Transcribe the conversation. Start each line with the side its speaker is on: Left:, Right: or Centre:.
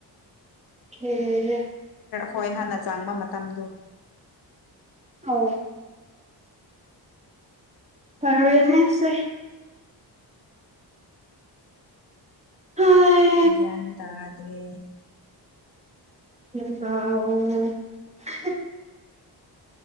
Right: ꯍꯔꯔ
Left: ꯍꯣꯏ ꯍꯥꯟꯅ ꯆꯥꯡꯕ ꯃꯇꯝꯗꯣ
Right: ꯍ ꯐꯥꯕꯟꯅꯁꯦ ꯍꯥꯏ
Left: ꯌꯦꯗꯗ꯭ꯔꯦ
Right: ꯎꯝ ꯑ